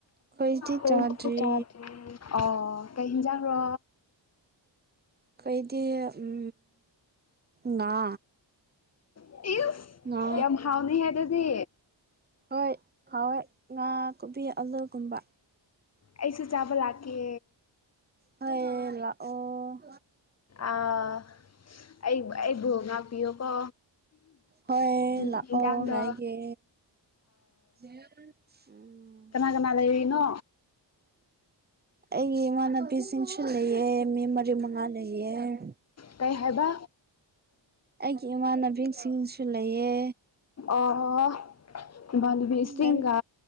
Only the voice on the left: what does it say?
<unintelligible>
ꯁꯨ ꯇꯥꯗꯦ ꯑꯣ ꯀꯩ ꯏꯟꯖꯥꯡꯔꯣ
<unintelligible>
ꯌꯥꯝ ꯍꯥꯎꯅꯤꯍ‌ꯦ ꯗꯨꯗꯤ
ꯑꯩꯁꯨ ꯆꯥꯕ ꯂꯥꯛꯀꯦ
ꯑꯥ ꯑꯩ ꯑꯩꯕꯨ ꯉꯥꯛꯄꯤꯌꯣꯀꯣ
ꯍꯤꯟ
ꯍꯤꯟꯖꯥꯡꯗꯣ
ꯀꯥꯅꯥ ꯂꯩꯔꯤꯅꯣ
ꯀꯩ ꯍꯥꯏꯕ
ꯑꯣ ꯏꯃꯥꯟꯅꯕꯤꯁꯤꯡꯒ